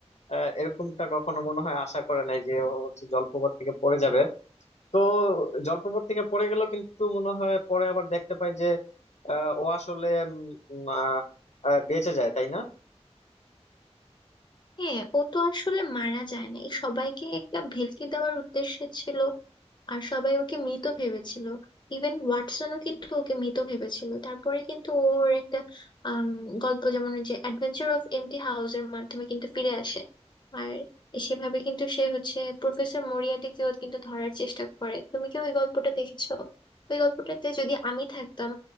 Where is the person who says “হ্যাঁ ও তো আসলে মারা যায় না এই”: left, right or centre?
Left